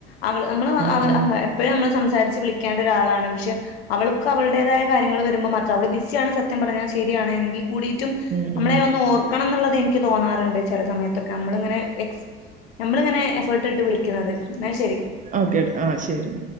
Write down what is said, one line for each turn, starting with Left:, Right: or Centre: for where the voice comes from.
Left: അവള് നമ്മള്
Right: ആ
Left: അവ്
Right: ആ
Left: അവ എപ്പോഴും നമ്മൾ സംസാരിച്ച് വിളിക്കേണ്ട ഒരാളാണ് പക്ഷെ അവൾക്ക് അവടേതായ കാര്യങ്ങള് വരുമ്പോ മാത്രം അവള് ബിസിയാണ് സ ത്യം പറഞ്ഞാൽ ശരിയാണെങ്കി കൂടിയിട്ടും
Right: ഉം
Left: നമ്മളെ
Right: ഉം
Left: ഒന്ന് ഓർ ക്കണം എന്നുള്ളത് എനിക്ക് തോന്നാറുണ്ട് ചില സമയത്തൊക്കെ നമ്മളിങ്ങനെ എക്സ് നമ്മളിങ്ങനെ എക് എഫർട് ഇട്ട് വിളിക്കുന്നത് എന്നാ ശരി.
Right: ഓക്കെട്ട ആഹ് ശരി.